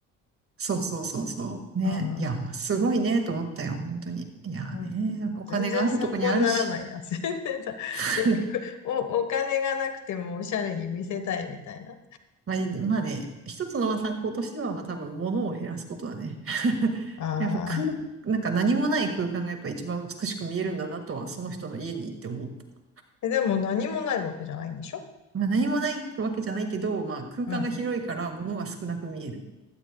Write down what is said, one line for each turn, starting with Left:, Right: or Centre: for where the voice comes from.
Right: そうそうそうそう。ね。
Left: うん。
Right: いや、まあすごいね、と思ったよ、本当に。いやね、
Left: うん全然参考にならないや。
Right: お金があるとこにあるし。
Left: <laughs> 全然さ、
Right: <laughs>
Left: 結局、お、お金がなくてもおしゃれに見せたいみたいな。
Right: まあ、いまあね、一つのまあ参考としては、まあ多分物を減らすことだね。<laughs>
Left: あ
Right: やっぱ空、
Left: あ。
Right: なんか何もない空間がやっぱ一番美しく見えるんだなとは、その人の家に行って思った。
Left: え、でも何もないわけじゃないんでしょ
Right: まあ何もないわけじゃないけど、まあ空間が広いから物が少なく見える。
Left: うん。